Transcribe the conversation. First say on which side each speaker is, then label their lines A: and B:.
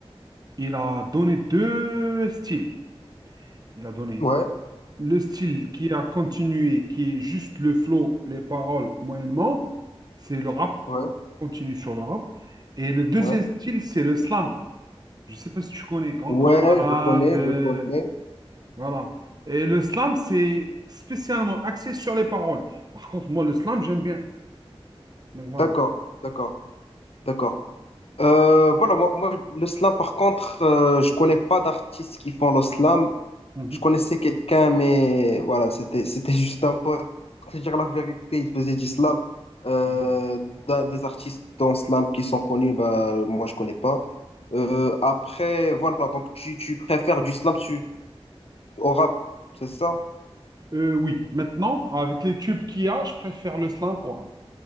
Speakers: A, on the right; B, on the left.
A: il a donné deux styles. Il a donné
B: Ouais,
A: le style qui a continué, qui est juste le flow, les paroles, moyennement. C'est le rap,
B: ouais,
A: continue sur le rap. Et le deuxième
B: ouais.
A: style, c'est le slam. Je ne sais pas si tu connais Grand
B: Ouais,
A: Corps Malade.
B: je connais,
A: euh,
B: je connais.
A: Voilà. Et le slam, c'est spécialement axé sur les paroles. Par contre, moi, le slam, j'aime bien. Donc voilà.
B: D'accord, d'accord, d'accord. Euh, voilà, moi, moi, le slam, par contre, euh, je connais pas d'artistes qui font le slam.
A: Mhm.
B: Je connaissais quelqu'un, mais voilà, c'était, c'était <laughs> juste un pote. Pour te dire la vérité, il faisait du slam. Euh,
A: Mhm.
B: d'un- des artistes dans slam qui sont connus, bah, moi, je connais pas. Euh, après, voilà, donc tu, tu préfères du slam, tu, Au rap, c'est ça?
A: Euh, oui, maintenant, avec les tubes qu'il y a, je préfère le slam au rap.